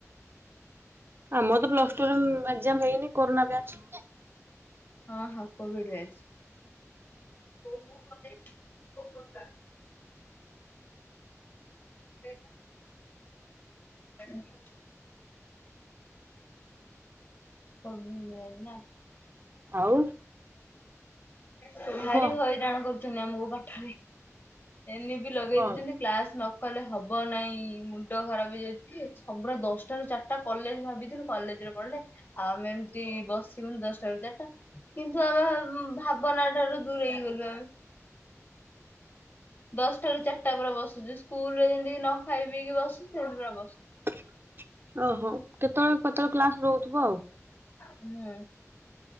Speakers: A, on the right (about 45°); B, on the left (about 40°).
A: ଆମର ତ ପ୍ଲସ ଟୁରେ ଏକ୍ସାଂ ହେଇନି କୋରନା ବ୍ୟାଚ।
B: ହଁ ହଁ କୋଭିିଡ ବ୳୲ଚ। କହୁନ? <unintelligible> ବେଗ <inaudible> <unintelligible>
A: ଆଉ
B: ସୁହାରି
A: କୁହ
B: ହଇରାଣ କର ଏଇନା ମୋ ପାଠରେ ଏନି ବି ଲଗେଇକି
A: କଣ?
B: ଯିମି କ୍ଲାସ ନ କହିଲେ ହବ ନାଇଁ ମୁଣ୍ଡ ଖରାପ ହେଇଯାଉଛି। ସବୁ ଦଶଟ ରୁ ଚାରିଟା କଲେଜ ଭାବିଥିଲୁ କଲେଜରେ ପଢିଲେ। ଆଉ ଆମେ ଏମିତି ବସିବୁନି ଦଶଟ ରୁ ଚାରିଟା। କିନ୍ତୁ ଆମେ ଭାବନା ଠାରୁ ଦୂରେଇଗଲୁ ଆମେ। <inaudible> ଦଶଟା ରୁ ଚାରିଟା ପରା ବସୁଛି ସ୍କୁଲ ରେ ଯେମିତିି ନ ଖାଇ ପିଇକି ବସୁ ସେମିତି ପୁରା ବସୁ।
A: <inaudible> ଓହୋ କେତେବେଳେ ପତ୍ର କ୍ଲାସ ରହୁଥିବ ଆଉ।
B: ହୁଁ।